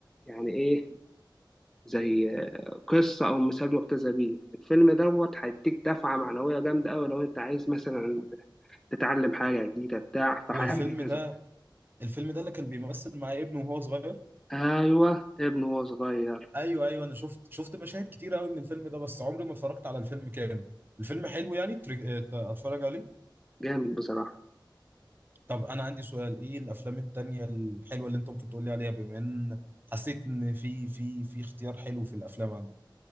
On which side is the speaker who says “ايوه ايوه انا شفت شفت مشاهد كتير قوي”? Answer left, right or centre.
Right